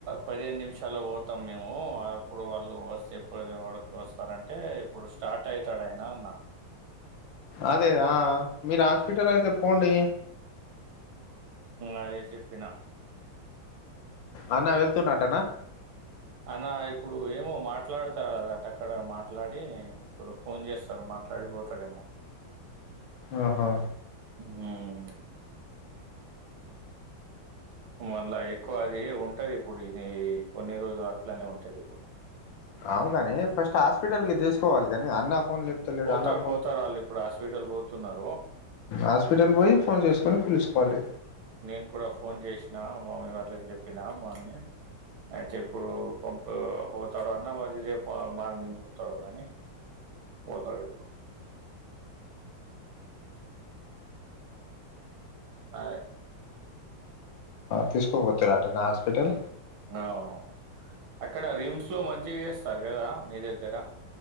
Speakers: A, on the right (about 85°); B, on the left (about 75°).
A: పదిహేను నిమిషా పోతాం మేము అప్పుడు వాళ్ళు వస్తే ప వారకు వస్తా ఇప్పుడు స్టార్ట్ అవుతాడయినా అన్నా
B: అదే ఆ మీరు హాస్పిటల్ అయితే పోండి
A: అదే చెప్పిన
B: అన్నా వెళ్తున్నటనా
A: అనా ఇప్పుడు ఏమో మాట్లాడతారుదాటుక్కడ మాట్లాడి ఇప్పుడు ఫోన్ చేస్తారు మా మాట్లాడిపోతాడమో
B: ఆహా
A: హ్మ్ మళ్ళ ఎక్కువ అది ఉంటది ఇప్పుడు ఇది కొన్ని రోజులు అట్లనే ఉంటది ఇప్పుడు <inaudible>
B: అవుగాని ఫస్ట్ హాస్పిటల్ కి తీూసుకోవాలి కాని అన్న ఫోన్ లేపుతలేడు
A: పోతారుడు
B: అన్న
A: పోతారు వాళ్ళు ఇప్పుడు హాస్పిటల్ పోతున్నారు
B: హస్పిిటల్ పోయి ఫోన్ చేసుకుని పలీసు కాల
A: నేను కూడా ఫోన్ చేసిన మామీ వాళ్ళకి చెప్పినా మామీ అయితే ఇప్పుడు పంపు పోతాడు అన్న మరి ఇదేపు మార్ నింపుతాడు కానీ పోతాడు అ
B: తీసుకో పోతు రాటనా హాస్పిటల్
A: అవును అక్కడ రిమ్స్ లో మంచి చేస్తారు కదా మీ దగ్గర